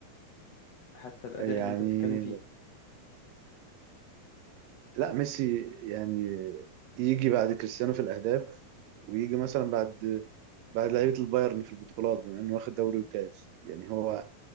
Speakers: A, on the left; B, on the right.
A: حتى الأداء
B: يعني
A: اللي أنت بتتكلم فيه
B: لا ميسي يعني يجي بعد كريستيانو في الاهداف ويجي مثلا بعد بعد لعيبه البايرن في البطولات بما انه واخد دوري وكاس يعني هو